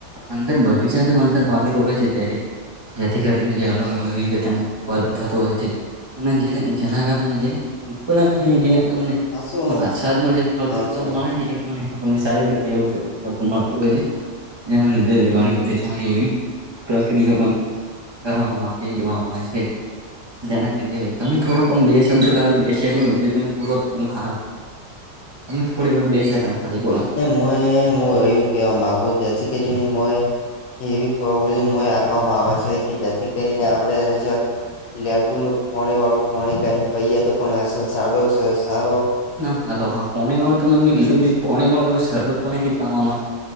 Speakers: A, on the right (about 30°); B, on the left (about 80°).
A: અંદર બગીચાથી અંદરમાં આવેલું હોય છે ત્યારે જેથી કરીને જે અલગ અલગ રીતે તેનું ઉત્પાદન થતું હોય છે. અને જે જેના કારણ જેદ <unintelligible> થય જે
B: હાસો
A: વરસાદ નુ જે ફળદ્રુપતા
B: હાસો
A: મળે એ પણ સારી રીતે એવું મળતું હોય જેના લીધ <unintelligible>
B: હમ
A: ણી બધી સારી ત્રક <unintelligible> દિ પણ કરવામાં આવતી એ જોવા મળે છે. જેના લીધ તમે થોડોક બે શબ્દે બેધ ત બોલો તમે હાર ત થોડી વાર બેસે એ ખલી બોલો.
B: મોહ મોહ એવું કેવા મા આવે કોઇ <unintelligible> જેથી કરીને મોહ એવી <unintelligible> આવે છે કે જેથી કરીને આપડે લેંબુ નું પાણી વાળું પાણી કરીને પહીએ તો પણ અસલ સાડો સારો
A: હલો હા પોણી વાળું તો મને મેં
B: હમ
A: કીધું પોણી વાળું એવું સરરબત પોણી પાવામાં